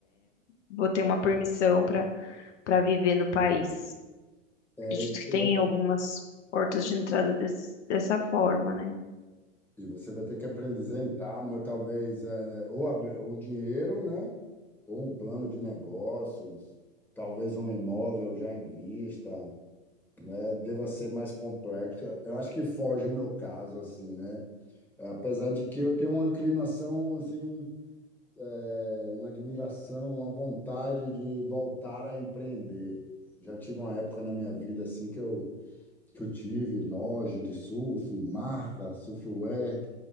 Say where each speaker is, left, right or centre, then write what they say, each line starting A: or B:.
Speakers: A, on the left (about 60°); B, in the centre.
A: vou ter uma permissão para para viver no país.
B: é,
A: Acredito
B: você
A: que tem
B: vai,
A: algumas portas de entrada des- dessa forma, né?
B: e você vai ter que apresentar, mas talvez, é, ou a- o dinheiro, né? Ou um plano de negócios, talvez um imóvel já em vista. É, deva ser mais complexo. Eu acho que foge o meu caso, assim, né? É, Apesar de que eu tenho uma inclinação, assim, é, uma admiração, uma vontade de voltar a empreender. Já tive uma época na minha vida, assim, que eu que eu tive loja de surf, marca, surfwear,